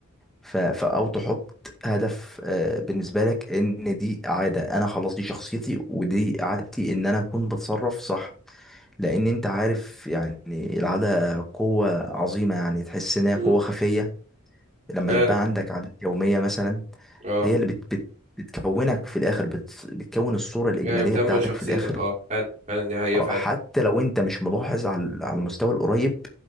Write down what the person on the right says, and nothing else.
مم.
فعلا
اه
يعني بتعمل
شخصيتك
اه فعلا فعلا دي حقيقة
فعلا